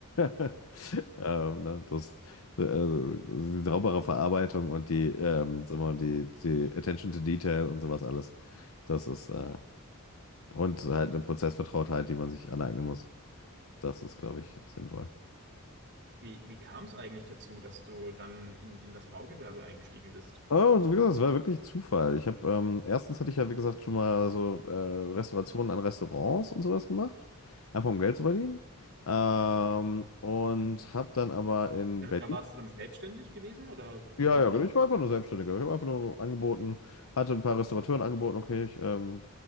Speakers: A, on the left; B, on the right.
A: <laughs> Ähm, ne? Das, also, die saubere Verarbeitung und die, ähm, sagen wir mal, die, die Attention to Detail und sowas alles. Das ist, äh, und halt eine Prozessvertrautheit, die man sich aneignen muss. Das ist, glaube ich, sinnvoll.
B: wie, wie kam es eigentlich dazu, dass du dann in, in das Baugewerbe eingestiegen bist?
A: Oh, wie gesagt, es war wirklich Zufall. Ich habe, ähm, erstens hatte ich ja, wie gesagt, schon mal so äh, Restaurationen an Restaurants und sowas gemacht. Einfach um Geld zu verdienen. Ähm, und habe dann aber in
B: Da,
A: Berlin.
B: da warst du dann selbstständig gewesen oder wie
A: Ja,
B: war
A: ja,
B: das?
A: genau. Ich war einfach nur Selbstständiger. Ich habe einfach nur angeboten, hatte ein paar Restaurateuren angeboten, okay, ich ähm,